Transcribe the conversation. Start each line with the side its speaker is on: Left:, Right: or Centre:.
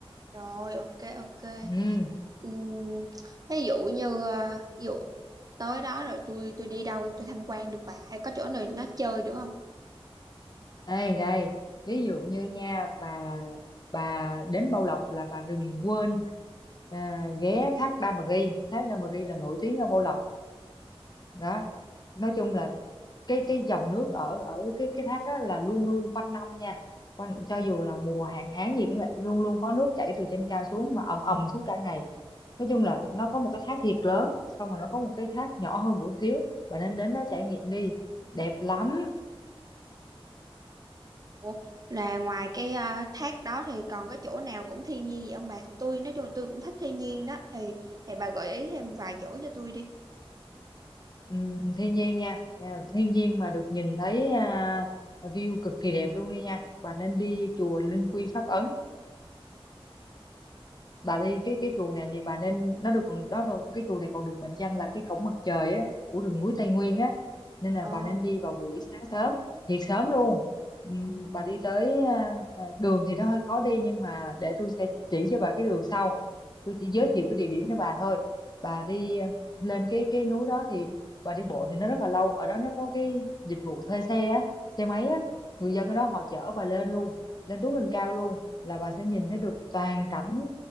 Right: Rồi, ok ok.
Left: ừ
Right: Ừm, ví dụ như ờ, ví dụ tới đó rồi tôi tôi đi đâu tôi tham quan được bà, hay có chỗ nào nó chơi được không?
Left: đây đây ví dụ như nha bà bà đến Bảo Lộc là bà đừng quên à, ghé thác Đa Mờ Ri thác Đa Mờ Ri là nổi tiếng ở Bảo Lộc đó nói chung là cái cái dòng nước ở ở cái cái thác đó là luôn luôn quanh năm nha quanh cho dù là mùa hạn hán gì cũng vậy luôn luôn có nước chảy từ trên cao xuống mà ầm ầm suốt cả ngày nói chung là nó có một cái thác thiệt lớn xong rồi nó có một cái thác nhỏ hơn một chút xíu bạn nên đến đó trải nghiệm đi đẹp lắm
Right: Ủa, là ngoài cái ờ, thác đó thì còn cái chỗ nào cũng thiên nhiên vậy không bà? Tôi nói chung là tôi cũng thích thiên nhiên đó thì thì bà gợi ý thêm vài chỗ cho tôi đi.
Left: Ừm, thiên nhiên nha Nha, thiên nhiên mà được nhìn thấy à, view cực kỳ đẹp luôn đi nha bà nên đi chùa Linh Quy Pháp Ấn bà đi cái cái chùa này thì bà nên nó được đó được, cái chùa này còn được mệnh danh là cái cổng mặt trời á của rừng núi Tây Nguyên á nên là
Right: Ồ,
Left: bà nên đi vào buổi sáng sớm thiệt sớm luôn Ừm, bà đi tới à, à, đường thì nó hơi khó đi nhưng mà để tôi sẽ chỉ cho bà cái đường sau tôi chỉ giới thiệu cái địa điểm cho bà thôi bà đi à, lên cái cái núi đó thì bà đi bộ thì nó rất là lâu ở đó nó có cái dịch vụ thuê xe á xe máy á người dân ở đó họ chở bà lên luôn lên túi lên cao luôn là bà sẽ nhìn thấy được toàn cảnh